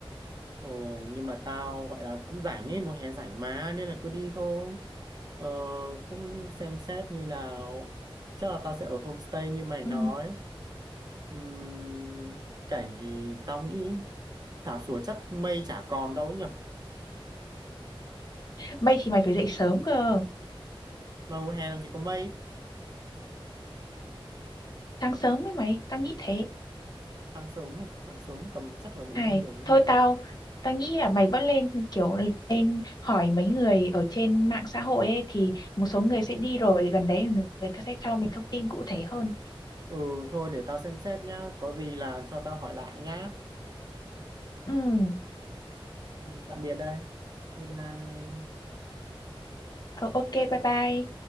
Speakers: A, on the right; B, on the left.
A: Ồ, nhưng mà tao gọi là cũng rảnh ấy, mùa hè rảnh mà nên là cứ đi thôi. Ờ, cũng xem xét như nào. Chắc là tao sẽ ở homestay như mày
B: Ừ.
A: nói. Ừm, cảnh thì tao nghĩ thả sủa chắc mây chả còn đâu ấy nhở.
B: Mày thì mày phải dậy sớm cơ.
A: Mà mùa hè làm gì có mây,
B: Sáng sớm ấy mày, tao nghĩ thế.
A: sáng sớm, mà, sáng sớm tầm chắc là 4
B: Này,
A: 5 giờ ấy
B: thôi
A: nhở.
B: tao, tao nghĩ là mày vẫn lên kiểu lên hỏi mấy người ở trên mạng xã hội ấy thì một số người sẽ đi rồi gần đấy người ta sẽ cho mình thông tin cụ thể hơn.
A: Ừ thôi để tao xem xét nhá, có gì là cho tao hỏi lại nhá.
B: Ừ,
A: Ừ, Tạm biệt đây. Bye bye.
B: Ờ, ok, bye bye.